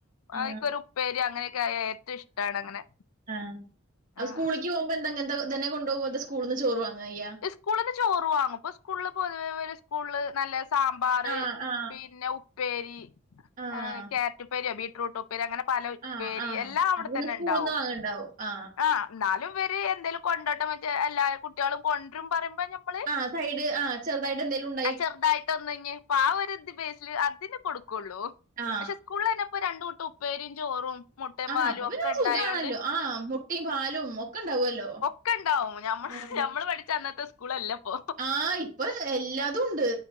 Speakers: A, on the right (about 40°); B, on the left (about 80°).
A: ആ
B: അയ്ക്കൊരു ഉപ്പേരി അങ്ങനെയൊക്കെയാ ഏറ്റവും ഇഷ്ടാണ് അങ്ങനെ
A: ആഹ്
B: ആഹ്
A: സ്കൂളിക്ക് പോകുമ്പോ എന്ത ങ്ങനത്തതന്നെ കൊണ്ടുപോവ അതോ സ്കൂളിന്ന് ചോറ് വാങ്ങാ എയാ
B: ഇസ്കൂളിന്ന് ചോറ് വാങ്ങും ഇപ്പോ സ്കൂളില് പൊതുവേ ഇവരെ സ്കൂളില് നല്ല സാ മ്പാറ്
A: ആ ആ.
B: പിന്നെ ഉപ്പേരി
A: ആ.
B: എഹ് ക്യാരറ്റ് ഉപ്പേര്യോ ബീട്രൂട്ട് ഉപ്പ് പേരി അങ്ങനെ പല
A: ആ
B: പ്പേരി
A: ആ.
B: എല്ലാം അവിടെ
A: അപ്പൊ പിന്നെ
B: തന്നെ
A: സ്കൂൾന്ന്
B: ഉണ്ടാവും
A: വാങ്ങണ്ടാവും. ആ.
B: ആഹ് ന്നാലും ഇവര് എന്തേലും കൊണ്ടോട്ടേമ്മച്ചി എല്ലാ കുട്ട്യോളും കൊണ്ട് രും പറയുമ്പോ മ്മള്
A: ആഹ് സൈഡ് ആഹ് ചെറുതായിട്ട് എന്തേലുണ്
B: അഹ് ചെറുതായിട്ടൊന്ന് ഞ്ഞി പ്പോ ആ ഒരു ഇത് ബേസില് അതിന് കൊടുക്കു ക്കൊള്ളൂ
A: ആ.
B: പക്ഷെ സ്കൂളില്ല്ന്നെപ്പോ രണ്ട് കൂട്ട ഉപ്പേരീം ചോറും മുട്ടയും
A: ആഹ്
B: പാലും
A: അപ്പൊ പിന്നെ
B: ഒക്കെ ഉണ്ടായോണ്ട്
A: സുഖാണല്ലോ ആഹ് മുട്ടീം പാലും ഒക്കെ ഉണ്ടാവല്ലോ
B: ക്കെണ്ടാവും ഞമ്മൾ
A: ആ
B: ഞമ്മള് പഠിച്ചന്നത്തെ സ്കൂളല്ലപ്പോ
A: ആഹ് ഇപ്പൊ എല്ലാതും ഉണ്ട്